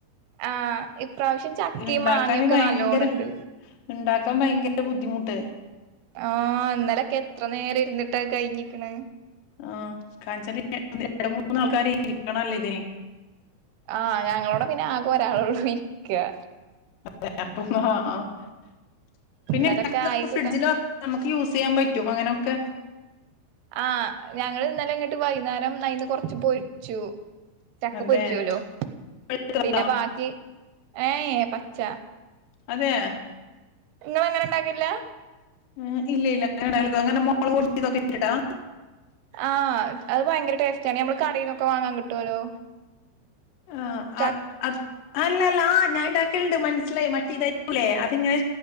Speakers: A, on the right; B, on the left.
A: ആഹ് ഇപ്രാവശ്യം ചക്കയും
B: ഇണ്ടാക്കാന്
A: മാങ്ങയൊക്കെ
B: ഭയങ്കര
A: നല്ലോണം ണ്ട്
B: ഇണ്ടാക്കാൻ ഭയങ്ക ട്ട് ബുദ്ധിമുട്ട്
A: ആഹ് ഇന്നലൊക്കെ എത്ര നേരം ഇരുന്നിട്ടാ കഴിഞ്ഞിക്ക്ണ്
B: ആഹ് കാഞ്ച <unintelligible> മൂന്നാൾക്കാര് ക്കണല്ലോ ഇതിന്
A: ആ ഞങ്ങളോട് പിന്നെ അ രാളോട് ഇരിക്കാ
B: <inaudible> ആ <inaudible> ഫ്രിഡ്ജിൽ
A: ഇന്നലൊക്കെ ആയി കിട്ടാ
B: വെക്കാൻ നമുക്ക് യൂസ് ചെയ്യാൻ പ റ്റും അങ്ങനൊക്കെ
A: ആ ഞങ്ങള് ഇന്നലെ ഇങ്ങട്ട് വൈകുന്നേരം ന്നായി കൊറച്ച് പൊരിച്ചു ചക്ക
B: അതെ
A: പൊരീക്കുലോ
B: പഴുത്തതാ?
A: പിന്നെ ബാക്കീ ഏയ് പച്ച
B: അതേ
A: ഇങ്ങളങ്ങനെ ഇണ്ടാക്കലില്ല
B: മ് ഇല്ലില്ല <inaudible>
A: ആഹ് അത് ഭയ്ങ്കര ടേസ്റ്റാണ് ഞമ്മള കടേന്നൊക്കെ വാങ്ങാൻ കിട്ടുവല്ലോ.
B: ആഹ്
A: ച
B: അ അത് അല്ലല്ലാ ആ ഞാനിണ്ടാക്കലിണ്ട് മൻ സ്സിലായി മറ്റേ ഇതാക്കുല്ലേ അതിങ്ങനെ